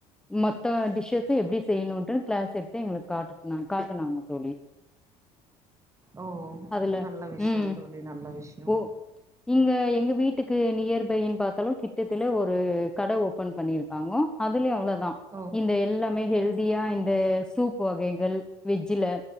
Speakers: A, in the centre; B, on the right.
A: மத்த டிஷ்ஷஸ்ஸு எப்டி செய்யணூன்ட்டு கிளாஸ் எடுத்து எங்ளுக் காட்டு சொன்னாங் காட்டுனாங்க தோழி
B: ஓ
A: அதுல
B: நல்ல விஷ்யோ
A: ம்
B: தோழி நல்ல விஷ்யோ
A: ஓ இங்க எங்க வீட்டுக்கு நியர் பையின் பாத்தாலு கிட்டத்துல ஒரு கட ஓபன் பண்ணிருக்காங்கோ அதுல்யு அவ்ளோதா
B: ஓ
A: இந்த எல்லாமே ஹெல்தியா இந்த சூப் வகைகள் வெஜ்ஜுல